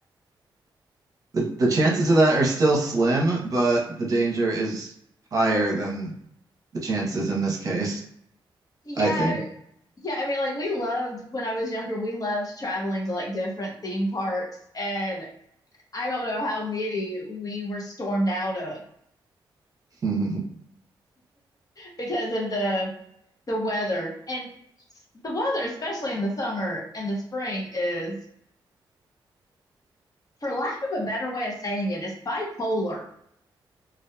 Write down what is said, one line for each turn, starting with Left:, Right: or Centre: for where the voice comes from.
Right: But the, the chances of that are still slim, but the danger is higher than the chances in this case,
Left: Yeah,
Right: I think.
Left: yeah. I mean, like we loved when I was younger. We loved traveling to like different theme parks, and I don't know how many we were stormed out of
Right: <laughs>
Left: because of the the weather and the weather, especially in the summer and the spring, is for lack of a better way of saying it, is bipolar.